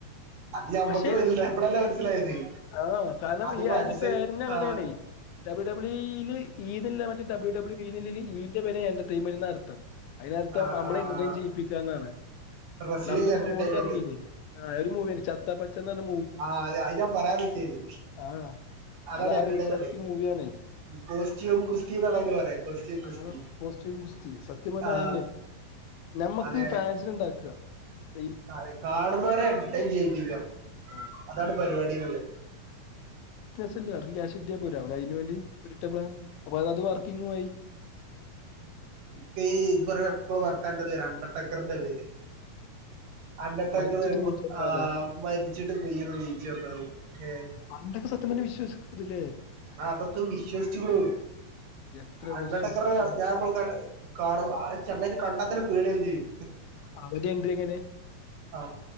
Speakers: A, on the right (about 55°); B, on the left (about 85°).
A: അത് ഞമ്മക്ക്
B: പക്ഷെ
A: വലുതായപ്പളല്ലേ മനസ്സിലായത്
B: ആ കാരണം
A: അത്
B: ഇ
A: മനസ്സ്
B: അയിന്റെ പേര്ന്ന് അങ്ങനെയാണേ
A: ആഹ്
B: ഡബിൾ ഡബിളീന്ന് ഈത് ല്ല മറ്റെ ഡബ്ല്യ ഡബ്ലൂ ഈന്റെ പെര എൻ്റർടൈമൻ്റ് ന്നാ അർത്ഥം അതിനർത്ഥം
A: ആഹ്
B: അമ്മള്
A: ആഹ്
B: എന്റർടൈൻ ചെയ്യിപ്പിക്കുകന്നാണ്
A: റെസ്ലിംഗ്
B: നമ്മളൊരു
A: എന്റർടൈൻമെന്റ്
B: മൂവി ഇറങ്ങീണ് ഒരു മൂവി ചത്തപ എന്ന് പറഞ്ഞ
A: ആഹ് അ അത് ഞാൻ പറയാ നിക്കേനി
B: ആഹ്
A: അതാണ്
B: അത് ആ
A: എന്റെടൈമെന്റ്
B: ബേസ് എറക്കിയ മൂവിയാണേ
A: കോസ് ചോം ഗുസ്തിന്നാണ് അയിന് പറയ കോസ്റ്റൂം ഗുസ്തി
B: ആഹ് കോസ്റ്റ്യൂം ഗുസ്തി സത്യം പറഞ്ഞാ
A: ആ
B: അതെന്നെ ഞമ്മക്ക്
A: അതെ
B: <unintelligible>
A: ആ കാണുന്നവരെ എന്റെർടൈൻ ചെയ്യിപ്പിക
B: ആഹ്
A: അതാണ് പരിപാടിന്ന്ള്ളത്
B: അല്ല അവർ ക്യാഷ് കിട്ടിയാൽ പോരെ അവർ അതിന് വേണ്ടി ഒരുരുട്ടപ്ലം അപ്പൊ അത അത് വർക്കിങ്ങു ആയി
A: എക്ക് ഈ ഇത് പറഞ എപ്പോഴും വറക്കാറത് പേര് അണ്ട ടക്കറിന്റെ പേര് അണ്ടടക്കർ
B: മരിച്ചിട്ട് നീച്ചണ്ട
A: ആ
B: ആള്
A: മരിച്ചിട്ട് കുയ്യീന്ന് നീച്ച് വന്നത് ഏ
B: പണ്ടൊക്കെ സത്യം പറഞ്ഞാ വിശ്വസിക്കും ഇതില്ലേ
A: അതൊക്കെ വിശ്വസിച്ചൂടോ
B: എത്ര
A: അണ്ട
B: വിശ്വസിക്കും
A: ട ഞാൻ നമ്മൾ കാണ ആ ചെങ്ങായിനെ കണ്ടാത അത്ര പേടിയാവും ചെയ്യും
B: അവന്റെ എൻട്രി എങ്ങനെ
A: ആ